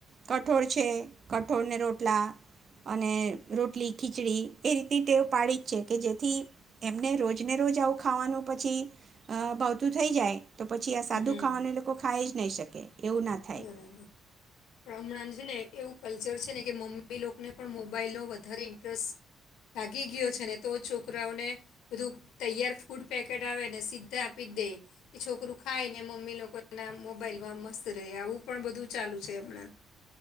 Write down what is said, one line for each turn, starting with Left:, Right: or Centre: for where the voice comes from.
Right: કટ કઠોળ છે કઠોળને રોટલા અને રોટલી ખીચડી એ રીતની ટેવ પાડી જ છે કે જેથી એમને રોજ ને રોજ આવું ખાવાનું પછી. અ ભાવતું થઈ જાય. તો પછી આ સાદુ
Left: હમ
Right: ખાવાને લોકો ખાય જ ન શકે.
Left: <inaudible>
Right: એવું ના થાય
Left: કલ્ચર છે ને કે મમ્મી લોકોને પણ મોબાઈલનો વધારે ઇન્ટરેસ્ટ ભાગી ગયો છે ને તો છોકરાઓને બધું તૈયાર ફૂડ પેકેટ આવે ને સીધા આપી જ દે એ છોકરું ખાઈને મમ્મી લોકોના મોબાઈલમાં મસ્ત ર આવું પણ બધું ચાલુ છે હમણાં.